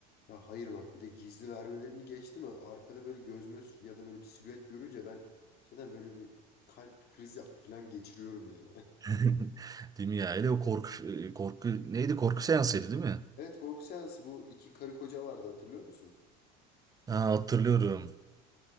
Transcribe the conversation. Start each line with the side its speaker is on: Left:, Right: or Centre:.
Left: Ya hayır bak bir de gizli vermelerini geçti mi arkada böyle göz möz ya da böyle bir silüet görünce ben zaten böyle bir kalp krizi falan geçiriyorum yani. <laughs>
Right: <laughs> Değil mi ya? Hele o korku korku neydi? Korku seansıydı değil mi?
Left: Evet korku seansı bu iki karı koca vardı hatırlıyor musun?
Right: Ha, hatırlıyorum.